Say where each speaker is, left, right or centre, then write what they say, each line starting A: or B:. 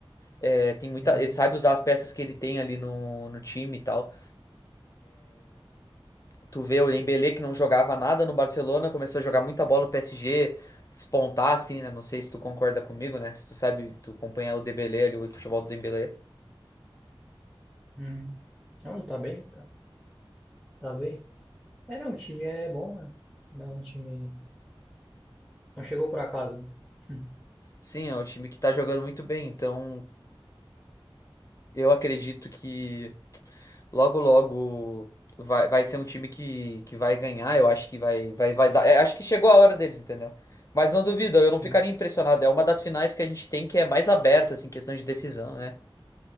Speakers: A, on the left; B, in the centre.
A: É, tem muita,
B: uhum,
A: ele sabe usar as peças que ele tem ali no, no time e tal. Tu vê o Dembélé que não jogava nada no Barcelona, começou a jogar muita bola no PSG, despontar assim, né? Não sei se tu concorda comigo, né? Se tu sabe, tu acompanha o Dembélé ali, o futebol do Dembélé.
B: uhum. Não, ele tá bem, tá, tá bem. É, não, o time é bom, né? Não, é um time Não chegou por acaso. né? Hum,
A: Sim, é um time que tá jogando muito bem, então eu acredito que logo logo vai, vai ser um time que, que vai ganhar, eu acho que vai vai vai dar, é, acho que chegou a hora deles, entendeu? Mas não duvido, eu não ficaria
B: hum,
A: impressionado, é uma das finais que a gente tem que é mais aberta assim, em questão de decisão, né?